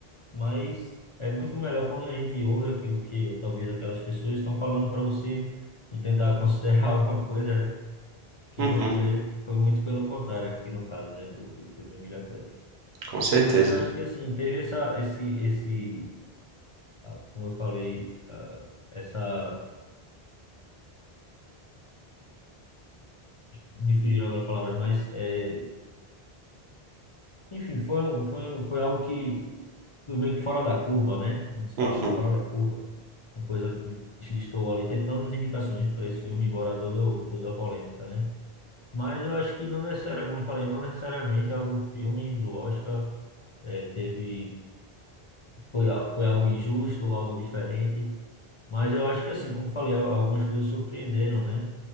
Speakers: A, on the left; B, on the right.
A: mas é muito melhor quando a gente ouve aquilo que talvez aquelas pessoas estão falando para você e tentar considerar <laughs> alguma coisa, né? Que
B: Uhum,
A: não foi, foi muito pelo contrário aqui no caso, né? Do, do filme Emília Pérez.
B: com certeza.
A: Mas eu acho que assim, teve essa, esse, esse, ah, como eu falei, ah, essa, me fugiram agora palavras, mas, é, enfim, foi, um- foi, um- foi algo que foi meio que fora da curva, né? A gente fala
B: Uhum,
A: fora da curva, uma coisa que estou ali, tem tantas indicações para esse filme, embora toda, o- toda a polêmica, né? Mas eu acho que não necessariamente, como eu falei, não necessariamente algum filme do Oscar eh, teve, foi, a- foi algo injusto ou algo diferente. Mas eu acho que assim, como falei, al- algumas coisas surpreenderam, né?